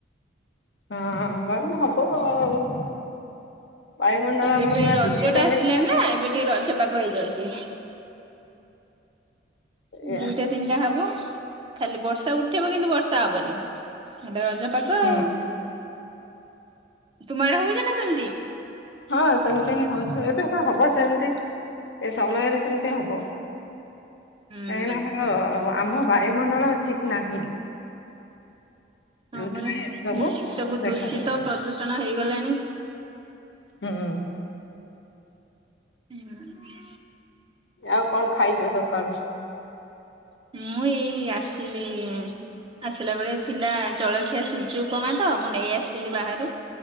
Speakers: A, on the left; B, on the right.
A: ହଁ ଗରମ ହବ ଆଉ। ବାୟୁମଣ୍ଡଳ
B: ତାପରେ
A: ଆମର
B: ଏବେ
A: ପୁରା
B: ରଜ
A: ଦୂଷିତ
B: ଟା ଆସିଲାଣି
A: ହେଇଗଲାଣି।
B: ନା ଏବେ ଟିକେ ରଜ ପାଗ ହେଇଯାଉଛି।
A: ଏଇଆ
B: ଦିଟା ତିନିଟା ହବ ଖାଲି ବର୍ଷା ଉଠାଇବ କିନ୍ତୁ ବର୍ଷା ହବନି। <unintelligible> ରଜ ପାଗ ଆଉ।
A: ହୁଁ
B: ତୁମ ଆଡେ ହଉଛି ନା ସେମିତି
A: ହଁ ସେମିତି ହିଁ ହୋଉଚି ଏବେ ତ ହଁ ହବ ସେମିତି। ଏ ସମୟରେ ସେମିତି ହବ
B: ହୁଁ
A: କାହିଁକିନା ଆମ ବା ବାୟୁ ମଣ୍ଡଳ ଠିକ ନାହିଁ। ଯୋଉଥିପାଇଁ
B: ହଁ ପରା
A: ଏ
B: ଯେତିକି ସବୁ
A: ଦେଖା
B: ଦୂଷିତ
A: ଦଉଛି।
B: ପ୍ରଦୂଷଣ ହେଇଗଲାଣି।
A: ହଁ।
B: ହୁଁ।
A: ଆଉ କଣ ଖାଇଛ ସକାଳୁ?
B: ମୁଁ ଏଇ ଆସିଲି ଆସିଲା ବେଳେ ଥିଲା ଜଳଖିଆ ସୂଜି ଉପମା ତ ମୁଁ ନେଇ ଆସିଥିଲି ବାହାରୁ।